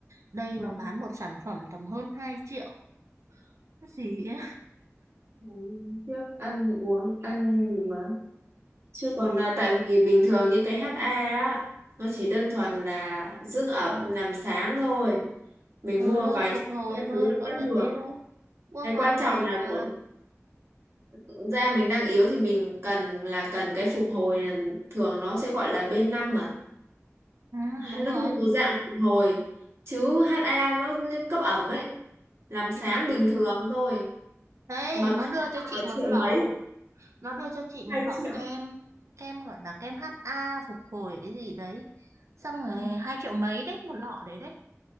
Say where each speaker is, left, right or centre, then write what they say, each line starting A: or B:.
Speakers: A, on the right; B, on the right.
A: Đây
B: Vâng,
A: nó bán một sản phẩm tầm hơn 2 triệu cái gì ấy.
B: ngày hôm trước ăn uống ăn gì mà Chứ
A: Ờ,
B: còn là tại vì bình thường những cái HA á, nó chỉ đơn thuần là dưỡng ẩm làm sáng thôi. Mình
A: ừ,
B: mua vài chục
A: phục hồi
B: cái
A: thôi
B: thứ nó
A: có
B: vẫn
A: cái
B: được.
A: thế thôi qua
B: Cái
A: ngoài
B: quan
A: đây
B: trọng là
A: mà
B: kiểu da mình đang yếu thì mình cần là cần cái phục hồi là- thường nó sẽ gọi là b năm mà.
A: ừ,
B: Hay
A: đúng
B: Nó
A: rồi
B: thuộc dạng phục hồi. Chứ HA nó như cấp ẩm ấy, làm sáng
A: Thì-
B: bình thường thôi.
A: đấy
B: Mà
A: nó
B: khác
A: đưa cho chị
B: là
A: một
B: triệu
A: lọ
B: mấy,
A: nó đưa cho chị một
B: hai
A: lọ
B: triệu.
A: kem kem gọi là kem HA phục hồi cái gì đấy xong rồi
B: Ừ.
A: hai triệu mấy đấy một lọ đấy đấy